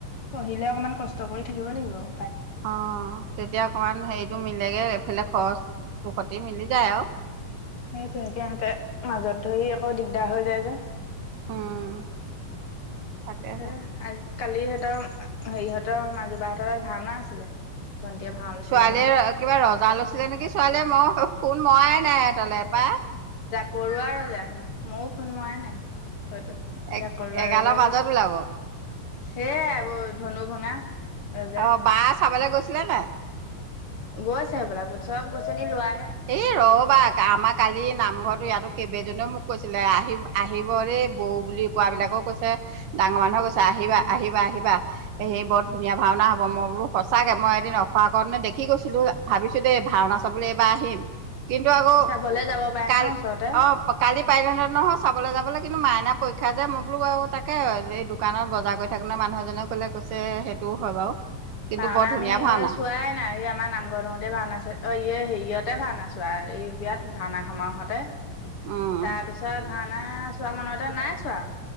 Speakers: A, on the left (about 45°); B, on the right (about 75°).
A: পঢ়িলে অকমান কষ্ট কৰি থাকিব লাগিব আও।
B: অ'। তেতিয়া অকমান হেৰিটো মিলেগে, এইফালে খৰচটো সতি মিলি যায় আৰু।
A: সেইটো এতিয়া সেহঁতে মাজত ধৰি আকৌ দিগদাৰ হৈ যায় যে।
B: উম। তাকেহে
A: সেইয়াই আজ কালি সিহঁতৰ হেৰিহঁতৰ মাজুবাহতৰ তাত ভাওনা আছিলে। ভণ্টিয়ে ভাও লৈছিলে
B: ছোৱালীয়ে
A: হেনো।
B: কিবা ৰজা লৈছিলে নেকি? ছোৱালীয়ে মই ফোন মৰাই নাই এতিয়ালে পাই।
A: কৰোৱাা ৰজা হে ন ময়ো ফোন মৰা নাই হয়তো
B: এ
A: যে কৰোৱা
B: এগালৰ
A: ৰজা
B: মাজত
A: লৈছো।
B: ওলাব
A: সেয়াই আবৌ ধনু ভঙা। ৰজা
B: অ', বা চাবলৈ গৈছিলা নাই?
A: গৈছে এই বিলাক <unintelligible> লোৱা
B: এই ৰবা আমাৰ কালি নামঘৰটো ইয়াতো কেইবেইজনেও মোক কৈছিলে আহি আহিব দেই বৌ বুলি কোৱাবিলাকোও কৈছে ডাঙৰ মানুহে কৈছে আহিবা,
A: উম,
B: আহিবা-আহিবা। সে বৰ ধুনীয়া ভাওনা হব মই বোলোঁচাকে মই এদিন অখ আগত নে দেখি গৈছিলো ভাবিছো দেই ভাওনা চাবলৈ এইবাৰ আহিম কিন্তু আকৌ
A: চাবলে যাব পাৰে
B: কাল
A: নহয় ওচৰতে।
B: অ' কালি <unintelligible> নহয় চাবলৈ যাবলৈ কিন্তু মাইনা পৰীক্ষা যে মই বোলো আৰু তাকে এই দোকানত বজাৰ কৰি থাকো ন মানুহ এজনে কলে কৈছে সেইটোও হয় বাৰু। কিন্তু
A: ভাওনা
B: বৰ ধুনীয়া
A: আমি
B: ভাওনা
A: সেই চোৱাই নাই এই আমাৰ নামঘৰত হে ভাওনা আছে অ ইয়ে হেৰি হতে ভাওনা ছোৱা এই বিৰাট ভাওনা সমাৰহতে
B: উম
A: তাৰপিছত মানে চোৱা মানুহ এতে নাই চোৱা।